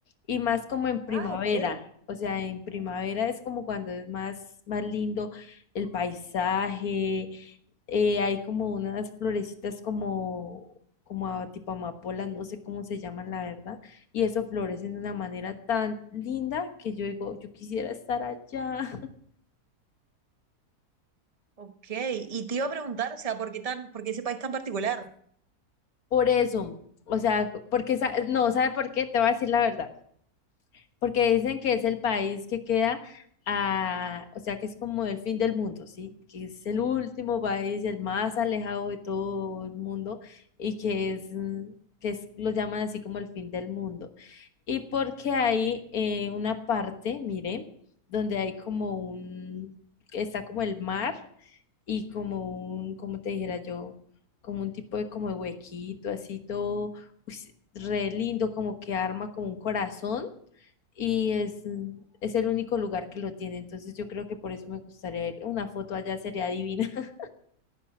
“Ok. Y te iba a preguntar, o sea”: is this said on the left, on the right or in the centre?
Right